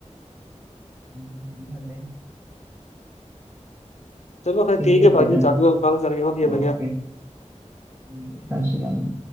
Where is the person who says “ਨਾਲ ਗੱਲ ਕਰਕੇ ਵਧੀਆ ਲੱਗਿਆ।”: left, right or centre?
Left